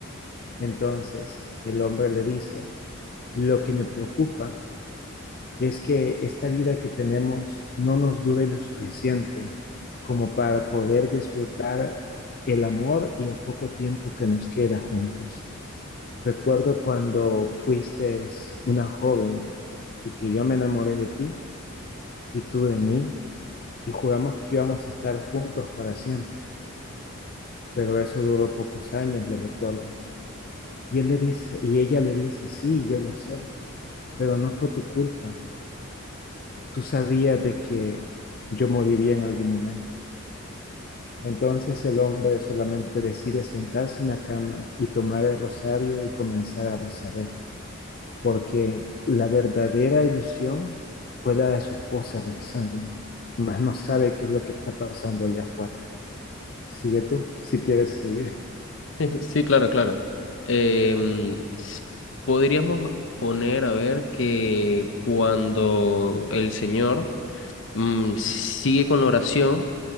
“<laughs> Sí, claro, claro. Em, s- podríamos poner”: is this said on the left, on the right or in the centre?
Left